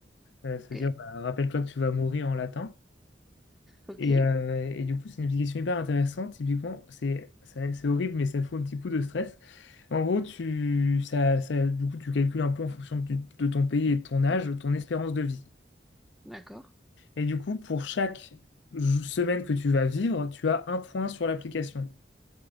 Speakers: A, on the left; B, in the centre.
A: euh,
B: ok,
A: c'est-à-dire bah, rappelle-toi que tu vas mourir en latin.
B: ok,
A: Et, euh, et du coup c'est une application hyper intéressante, typiquement c'est ça- c'est horrible mais ça fout un petit coup de stress. En gros, tu, ça, ça- du coup, tu calcules un peu en fonction de, tu- de ton pays et de ton âge, ton espérance de vie.
B: d'accord,
A: Et du coup, pour chaque jou- semaine que tu vas vivre, tu as un point sur l'application.